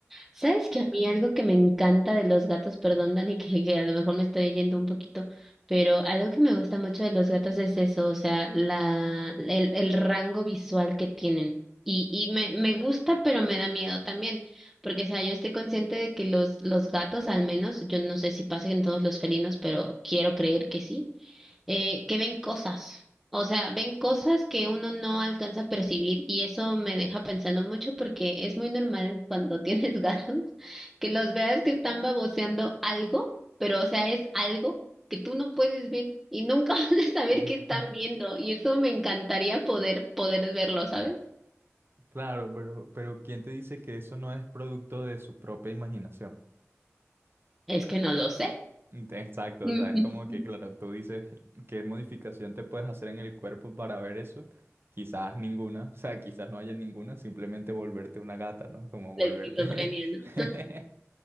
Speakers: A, in the centre; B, on the right.
A: ¿Sabes que a mí algo que me encanta de los gatos, perdón Dani, <laughs> que, que a lo mejor me estoy yendo un poquito, pero algo que me gusta mucho de los gatos es eso, o sea, la, el, el rango visual que tienen. Y, y me, me gusta, pero me da miedo también, porque, o sea, yo estoy consciente de que los, los gatos, al menos, yo no sé si pasa en todos los felinos, pero quiero creer que sí eh, que ven cosas, o sea, ven cosas que uno no alcanza a percibir y eso me deja pensando mucho porque es muy normal cuando <laughs> tienes gatos que los veas que están baboseando algo, pero o sea, es algo que tú no puedes ver y nunca <laughs> vas a saber
B: <laughs>
A: qué están viendo y eso me encantaría poder poder verlo, ¿sabes?
B: Claro, pero, pero ¿quién te dice que eso no es producto de su propia imaginación?
A: Es que no lo sé.
B: Exacto,
A: <laughs>
B: o sea, es como que, claro, tú dices, ¿qué modificación te puedes hacer en el cuerpo para ver eso? Quizás ninguna, o sea, quizás no haya ninguna, simplemente volverte una gata, ¿no? Como volverte...
A: La esquizofrenia, ¿no?
B: <laughs>